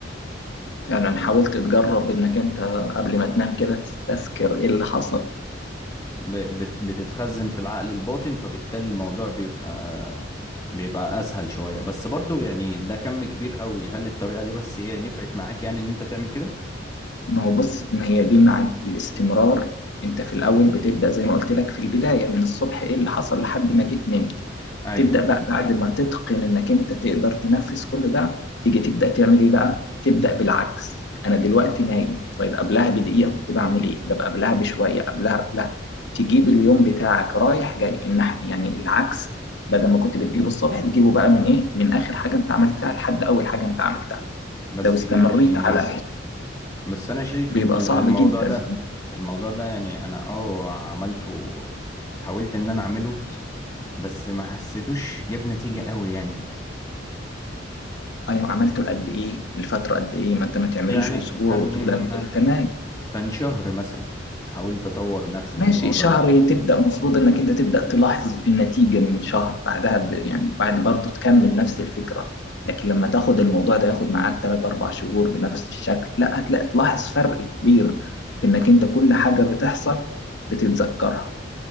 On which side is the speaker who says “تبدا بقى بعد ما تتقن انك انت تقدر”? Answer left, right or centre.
Left